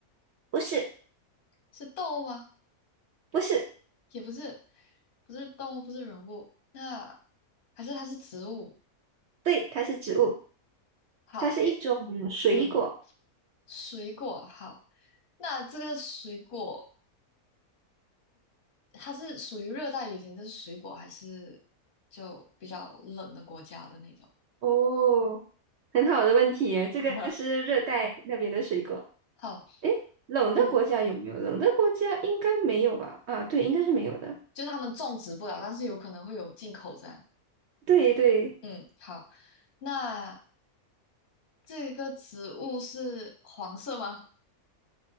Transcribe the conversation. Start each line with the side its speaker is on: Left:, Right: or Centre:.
Right: 不是
Left: 是动物吗？
Right: 不是，
Left: 也不是，不是动物，不是人物，那还是它是植物？
Right: 对，它是植物，
Left: 好，
Right: 它是一种水果。
Left: 诶，嗯，水果，好，那这个水果它是属于热带雨林的水果，还是就比较冷的国家的那种？
Right: 哦，很好的问题耶这个是热带那边的水果。
Left: <laughs> 好，
Right: 诶，冷的国家有没有？
Left: 嗯，
Right: 冷的国家应该没有吧？啊，对，应该是没有的。
Left: 就是他们种植不了，但是有可能会有进口这样。
Right: 对对，
Left: 嗯，好，那。这个植物是黄色吗